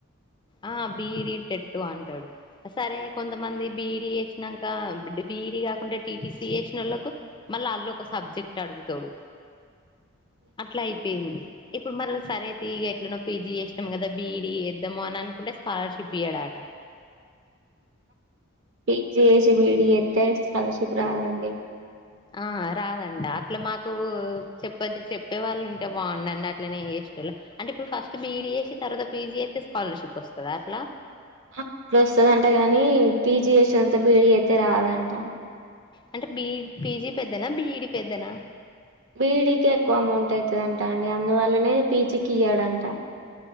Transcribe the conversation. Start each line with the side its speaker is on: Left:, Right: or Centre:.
Left: ఆ బీఈడి టెట్టు అంటడు ఆ సరే కొంతమంది బీఈడీ ఏస్నంక బిఈడీ గాకుంటే టీటీసీ ఏస్నొళ్ళకు మళ్ళీ ఆళ్నొక సబ్జెక్ట్ అడుగుతాడు అట్లైపేంది ఇప్పుడు మరళ సరే ఐతే ఈగా ఎట్లనో పీజీ ఏస్నం గదా బిఈడి ఏద్దాము అనన్ నుకుంటే స్కాలర్షిప్ ఇయ్యడాట
Right: పీజ్ జేసి బీడి ఏత్తే స్కాలర్షిప్ రాదండి
Left: ఆ రాదంట అట్ల మాకు చొప్పంటి చెప్పే వాళ్ళుంటే బాండండి అట్లనే ఏస్టొళ్ళం అంటే ఇప్పుడు ఫస్ట్ బీఈడీ చేసి తర్వాత పీజీ చేస్తే స్కాలర్షిప్ వస్తదా అట్లా
Right: అప్పుడు వస్తాదంట గాని పీజీ చేసినంత బీఈడి చేస్తే రాదంట
Left: అంటే బిఈ పీజీ పెద్దనా బిఈడి పెద్దనా
Right: బీఈడి కి ఎక్కువ అమౌంటఅయితదంటనే అందువల్లనే పేజీకి ఇయ్యాడంట